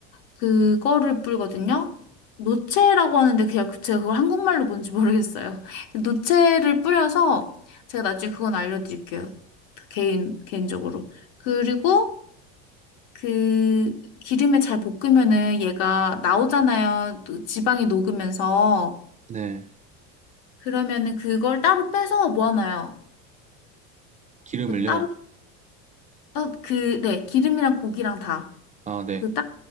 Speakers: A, on the left; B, on the right.
A: 그거를 뿌리거든요. 노체라고 하는데 그냥 제가 그걸 한국말로 뭔지 모르겠어요. <laughs> 노체를 뿌려서 제가 나중에 그건 알려드릴게요. 개인 개인적으로. 그리고 그 기름에 잘 볶으면은 얘가 나오잖아요. 또 지방이 녹으면서
B: 네.
A: 그러면은 그걸 따로 빼서 모아놔요.
B: 기름을요?
A: 그 따로 어, 그, 네, 기름이랑 고기랑 다.
B: 아, 네,
A: 그 따,